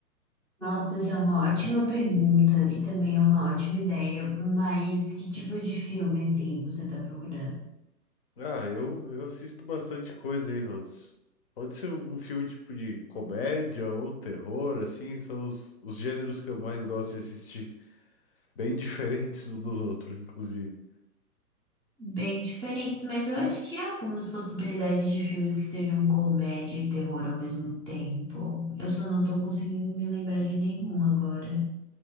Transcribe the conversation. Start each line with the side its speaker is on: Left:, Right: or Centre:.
Centre: Nossa, essa é uma ótima pergunta e também é uma ótima ideia, mas que tipo de filme, assim, você tá procurando?
Left: Ah, eu, eu assisto bastante coisa aí, mas pode ser algum filme tipo de comédia ou terror, assim, são os, os gêneros que eu mais gosto de assistir. Bem <laughs> diferentes um dos outros, inclusive.
Centre: Bem diferentes, mas eu acho que há algumas possibilidades de filmes que sejam comédia e terror ao mesmo tempo. Eu só não tô conseguindo me lembrar de nenhum agora.